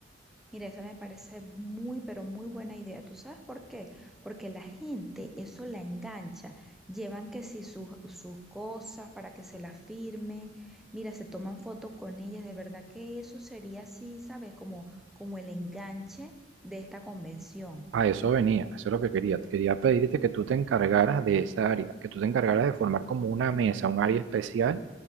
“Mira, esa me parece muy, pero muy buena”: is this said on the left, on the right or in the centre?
Centre